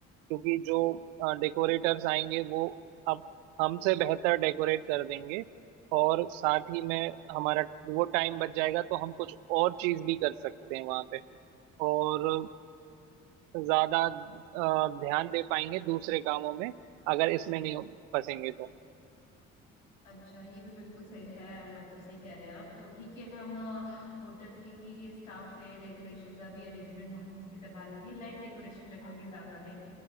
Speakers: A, on the right; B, on the left.
A: क्योंकि जो डेकोरेटर्स आएंगे वो अब हमसे बेहतर डेकोरेट कर देंगे और साथ ही में हमारा वो टाइम बच जाएगा तो हम कुछ और चीज भी कर सकते हैं वहां पे और ज्यादा अ, ध्यान दे पाएंगे दूसरे कामों में अगर इसमें नहीं फंसेंगे तो
B: अच्छा ये भी बिल्कुल सही है मतलब सही कह रहे हैं आप तो ठीक है हम अ, होटल के ही स्टाफ से डेकोरेशन का भी अरेंजमेंट वहीं से करवा लेंगे लाइट डेकोरेशन रखेंगे ज्यादा नहीं